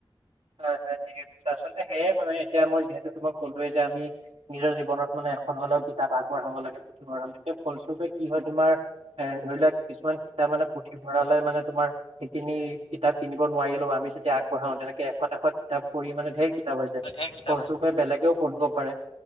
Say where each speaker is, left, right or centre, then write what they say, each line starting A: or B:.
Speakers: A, on the right; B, on the left.
A: হয় হয় ঠিকে কৈছা। আচলতে সেয়ে মানে এতিয়া মই যিহেতু তোমাক কলোৱে যে আমি নিজৰ জীৱনত মানে এখন হলেও কিতাপ আগবঢ়াব লাগে। পুথিভঁৰালত এতিয়া ফলস্বৰূপে কি হয় তোমাৰ এ, ধৰি লওক কিছুমান কিতাপ মানে পুথিভঁৰালে মানে তোমাৰ সেইখিনি কিতাপ কিনিব নোৱাৰিলেও আমি যদি আগবঢ়াও তেনেকে শত এশত কিতাপ পঢ়ি মানে ঢেৰ কিতাপ হৈ যায়
B: ধেৰ কিতাপ
A: ফলস্বৰূপে
B: আছে
A: বেলেগেও পঢ়িব পাৰে।